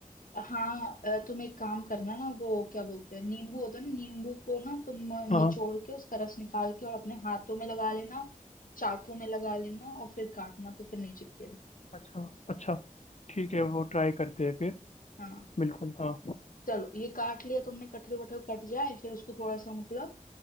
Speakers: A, on the left; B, on the left.
A: हाँ अ, तुम एक काम करना ना वो क्या बोलते हैं नींबू होता है ना नींबू को ना तुम अ,
B: हाँ,
A: निचोड़
B: हाँ।
A: के उसका रस निकाल के और अपने हाथों में लगा लेना चाकू में लगा लेना और फिर काटना तो फिर नहीं चिपकेगा
B: अच्छा अच्छा ठीक है वो ट्राई करते हैं फिर
A: हाँ
B: बिल्कुल हाँ
A: चलो ये काट लिया तुमने कटहल वटहल कट जाए फिर उसको थोड़ा सा मतलब